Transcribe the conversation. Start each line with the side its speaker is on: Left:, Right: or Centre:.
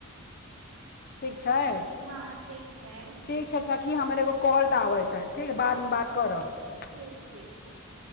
Left: ठीक छै,
Right: हँ ठीक छै
Left: ठीक। अच्चा सखी हमर एगो कॉल आबैत छै, ठीक ह बादमे बात करब।
Right: ठीक, ठीक, ठीक।